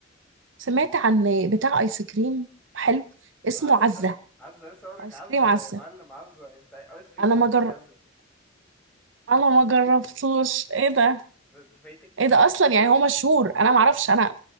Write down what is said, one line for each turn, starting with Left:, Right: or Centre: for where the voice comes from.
Right: سمعت عن بتاع ايس كريم حلو اسمه
Centre: عزه
Right: عزة
Centre: عزه لسه اقول لك
Right: ايس
Centre: عزه
Right: كريم عزة
Centre: يا معلم عزه انت ايس كريم
Right: انا
Centre: هناك
Right: ما جر...
Centre: يعني عزه
Right: انا ما جربتوش ايه ده
Centre: انت فايتك كتير
Right: ايه ده اصلا
Centre: يا
Right: يعني
Centre: بص
Right: هو مشهور انا ما اعرفش انا